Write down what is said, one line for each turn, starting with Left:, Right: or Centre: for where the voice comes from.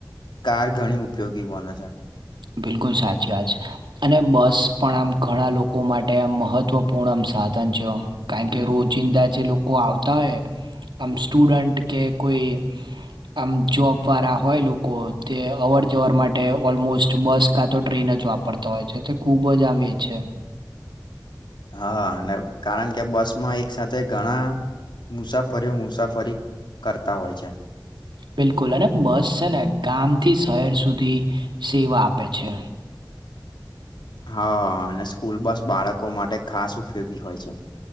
Left: કાર ઘણી ઉપયોગી બને છે.
Right: બિલકુલ સાચી <unintelligible> અને બસ પણ આમ ઘણા લોકો માટે આ મહત્ત્વપૂર્ણ આમ સાધન ચ. કારણ કે રોજિંદા જે લોકો આવતા હોય આમ સ્ટુડન્ટ કે કોઈ આમ જોબ વાળા હોય લોકો તે અવર જવર માટે ઓલમોસ્ટ બસ કા તો ટ્રેન જ વાપરતા હોય છે, તે ખુબ જ આમ એ છે.
Left: હા અને કારણ કે બસમાં એક સાથે ઘણા મુસાફરીઓ મુસાફરી કરતા હોય છે.
Right: બિલકુલ અને બસ છે, ને ગામથી શહેર સુધી સેવા આપે છે.
Left: હ અને સ્કૂલ બસ બાળકો માટે ખાસ ઉપયોગી હોય છે.